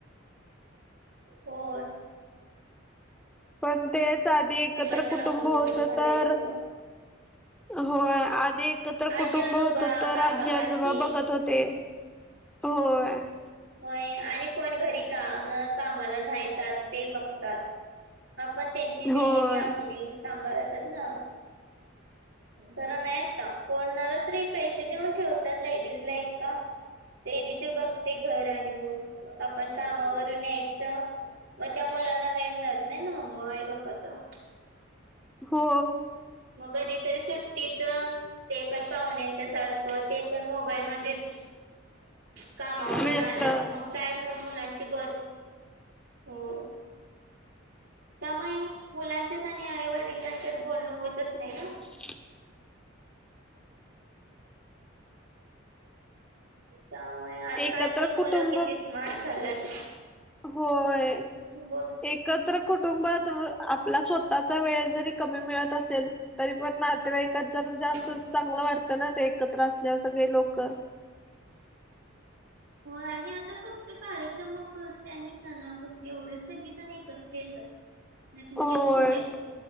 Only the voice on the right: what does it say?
हो
कशाला
मुलगी
मला घालायचं
मग
आजी
आजोबा
काका
काकी
होय आणि कोण घरी का कामाला नाहीेतात. ते बघतात आपण त्यांची त्यानी
आपली सांभाळतात ना जरा नाही आता कोणणाला तरी पैसे देऊन ठेवतात लेडीजला एकका. ते जिथे बघते घर आणि मल आपण कामावरून यायचं. मग त्या मुलांना व्यायाम मिळत नाही ना म आई बा्पाचा
मग कधी तरी सुट्टी तर ते पण पाहुण्याच्या सारखं ते पण मोबाईल म कामावर ून
आल्या मग काय मुलांची बर होय. त्यामुळे मुलांचेच आणि आई वडिलांचेच बोलणं होतच नाही. ना.
त्यामुळे आजकालची
मुलं
किती स्मार्ट झाल्यात.
बोल
हम्म.
हो आणि आता फक्त कार्यक्रमापरत आणि सणापुर एवढेच तर गीता नाही एकत्र येतात
फोण येत.